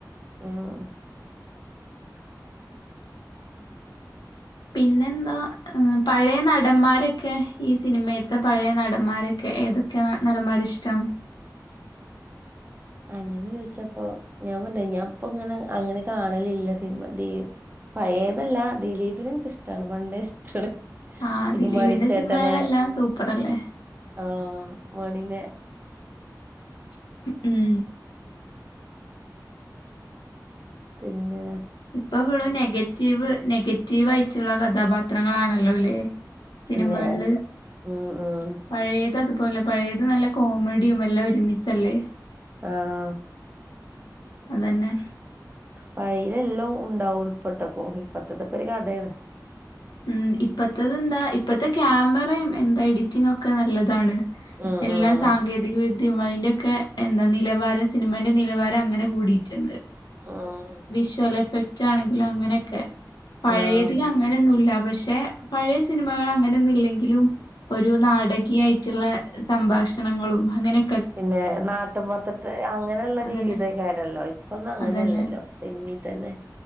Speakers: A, on the right; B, on the left.
A: ആഹ്
B: പിന്നെന്താ പഴേ നടമ്മാരൊക്കെ ഈ സിനിമേത്തെ പഴേ നടന്മാരൊക്കെ ഏതൊ ക്കെ നടമ്മാരെ ഇഷ്ടം
A: അങ്ങനെ ചോയ്ച്ചപ്പോ ഞാൻ പർഞ്ഞ്ലെ ഞാൻ ഇപ്പ ഇങ്ങനെ അങ്ങനെ കാണലില്ല സിനിമ ദി പഴേതല്ല ദിലീപിനെ ഇൻക്ക്ഷ്ടാണ് പണ്ടേ ഇഷ്ടാണ്
B: ആഹ്
A: പിന്നെ
B: ദിലീപിന്റെ
A: മണിച്ചേട്ടനെ
B: സിൻമെളെല്ലാം സൂപ്പറല്ലേ
A: ആഹ് മണിനെ
B: ഉം
A: പിന്നേ
B: ഇപ്പൊ ഫുള്ളും നെഗറ്റീവ് നെഗറ്റീവ് ആയിറ്റ്ള്ള കഥാപാത്രങ്ങളാണല്ലോല്ലെ സിനിമേൾള്
A: പിന്നെ ഉം ഉം
B: പഴേത് അതുപോലെ പഴേത് നല്ല കോമഡ്യും എല്ലാം ഒരുമിച്ചല്ലേ
A: ആഹ്
B: അതന്നെ
A: പഴീലെല്ലം ഉണ്ടാവും ഉൾപ്പെട്ടക്കും ഇപ്പത്തതൊക്കെ ഒരു കഥേണ്
B: ഉം ഇപ്പത്തെത് എന്താ ഇപ്പയ്ത്തെ ക്യാമറയും എന്താ എഡിറ്റിംങ്ങ് ഒക്കെ നല്ലതാണ്
A: ഉം
B: എല്ലാം
A: ഉം
B: സാങ്കേതിക വി ദ്യിം അയ്‌ന്റൊക്കെ എന്താ നിലവാരം സിനിമന്റെ നിലവാരം അങ്ങനെ കൂടിയിറ്റ്ണ്ട്
A: ആഹ്
B: വിഷ്വൽ എഫക്റ്റ് ആണെങ്കിലും അങ്ങനെക്കെ പഴേതിനെ
A: ആഹ്
B: അങ്ങ ങ്ങനൊന്നുല്ല പക്ഷെ പഴേ സിനിമകൾ അങ്ങനെയൊന്നും ഇല്ലെങ്കിലും ഒരു നാടകീയായ്റ്റ്ള്ളെ സംഭാഷണങ്ങളും അങ്ങനെ
A: പിന്നെ നാട്ടും പൊർത്ത്ത്ത് അങ്ങനെയുള്ള
B: അതന്നെ
A: ജീവിതെയ്ക്കാരല്ലോ ഇപ്പൊന്നും അങ്ങനെയല്ലല്ലോ
B: അതന്നെ
A: സിനിമീതന്നെ